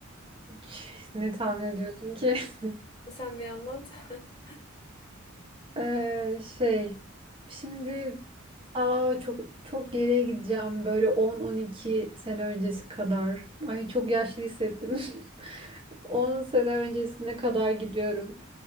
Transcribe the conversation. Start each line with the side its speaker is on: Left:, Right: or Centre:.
Right: <laughs> Ne tahmin ediyorsun ki? <laughs>
Left: Sen bir anlat. <laughs>
Right: Ee, şey, şimdi aa çok çok geriye gideceğim böyle 10-12 sene öncesi kadar. Ay çok yaşlı hissettim. <laughs> 10 sene öncesine kadar gidiyorum.